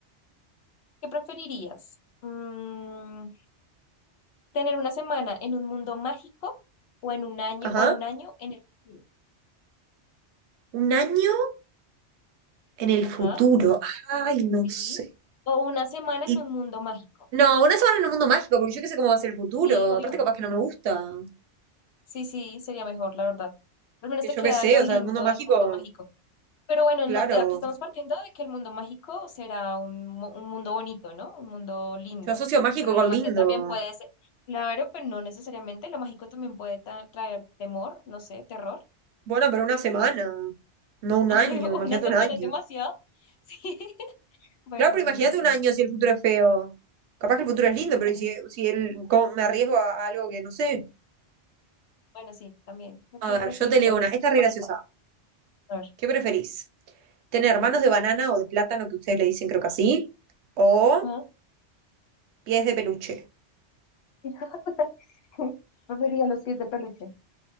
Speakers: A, on the left; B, on the right.
A: ¿Qué preferirías? Mm, ¿tener una semana en un mundo mágico o en un año
B: ajá,
A: o un año en el futuro?
B: un año en el
A: Ajá,
B: futuro. Ay, no
A: sí.
B: sé.
A: O una semana
B: Y
A: en un mundo mágico.
B: no, una semana en un mundo mágico, porque yo qué sé cómo va a ser el futuro.
A: Sí, obvio.
B: Aparte, capaz que no me gusta.
A: Sí, sí, sería mejor, la verdad. Al menos
B: que
A: te
B: yo
A: queda
B: qué sé,
A: lo
B: o
A: lindo
B: sea, el mundo
A: del
B: mágico,
A: mundo mágico. Pero bueno,
B: claro.
A: no, eh, aquí estamos partiendo de que el mundo mágico será un, mu- un mundo bonito, ¿no? Un mundo lindo.
B: Yo asocio mágico
A: Pero
B: con
A: la magia
B: lindo.
A: también puede ser, claro, pero no necesariamente. Lo mágico también puede tra- traer temor, no sé, terror.
B: Bueno, pero una semana, no un
A: <laughs>
B: año,
A: Ay,
B: imagínate
A: Una semana
B: un año.
A: es demasiado. <laughs> Sí. Bueno,
B: Claro, pero
A: bueno,
B: imagínate
A: no sé.
B: un año si el futuro es feo. Capaz que el futuro es lindo, pero
A: Bueno,
B: ¿y si,
A: sí,
B: si el, cómo me arriesgo a, a algo que no sé.
A: bueno, sí, también. Creo
B: A
A: que
B: ver,
A: preferiría
B: yo te leo
A: también
B: una.
A: el
B: Esta
A: mundo
B: es re
A: mágico.
B: graciosa.
A: A ver.
B: ¿Qué preferís? ¿Tener manos de banana o de plátano, que ustedes le dicen creo que así? ¿O
A: Ajá.
B: pies de peluche?
A: <laughs> Preferiría los pies de peluche.